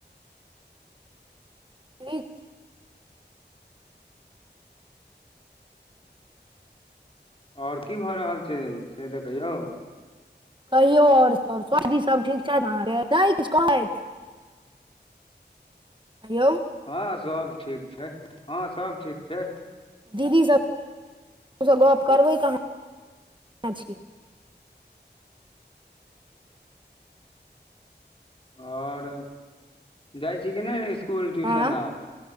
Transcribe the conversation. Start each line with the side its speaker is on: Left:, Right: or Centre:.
Right: प्ली <inaudible>
Left: और की भऽ रहल छै से त कहियौ?
Right: कहियो आओर सब सबदी सब ठीक छैथ अहाँके नै किछ कहैथ। ऐं यौ।
Left: हँ सब ठीक छैथ हँ सब ठीक छैथ।
Right: दीदी सब सँ गप करबै कहाँ छी।
Left: आओर जाइ छी कि नै स्कूल ट्यूशन
Right: आँ
Left: आब?